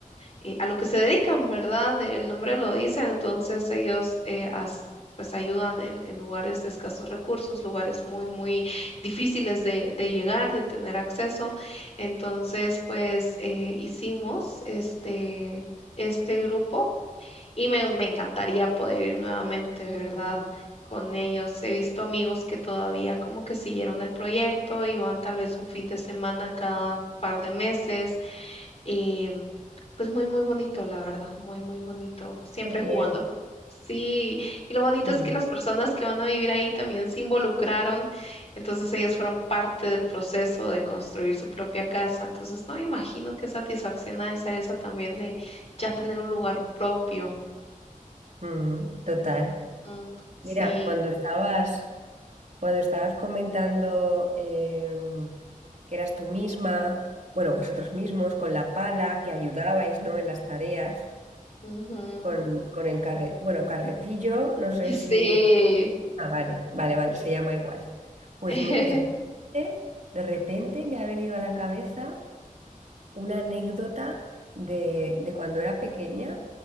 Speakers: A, on the left (about 45°); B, on the right (about 60°).
A: eh, a lo que se dedican, ¿verdad? El nombre lo dice, entonces ellos eh, as- pues ayudan en, en lugares de escasos recursos, lugares muy, muy difíciles de, de llegar, de tener acceso. Entonces, pues eh, hicimos este, este grupo y me, me encantaría poder ir nuevamente, ¿verdad? Con ellos he visto amigos que todavía como que siguieron el proyecto y van tal vez un fin de semana cada par de meses eh, pues muy, muy bonito, la verdad, muy, muy bonito. Siempre
B: qué bien,
A: jugando. con- Sí, y lo bonito
B: qué
A: es
B: bien.
A: que las personas que van a vivir ahí también se involucraron, entonces ellos fueron parte del proceso de construir su propia casa, entonces no me imagino qué satisfacción ha de ser esa también de ya tener un lugar propio.
B: Mm, total.
A: Mm, sí.
B: Mira, cuando estabas, cuando estabas comentando em, que eras tú misma, bueno, vosotros mismos, con la pala, que ayudabais, ¿no? En las tareas,
A: Ujú, ujú.
B: con, con el carre, bueno, carretillo, no sé si.
A: Sí.
B: Ah, vale, vale, vale, se llama igual. Pues
A: <laughs>
B: me- de repente, de repente me ha venido a la cabeza. una anécdota de, de cuando era pequeña,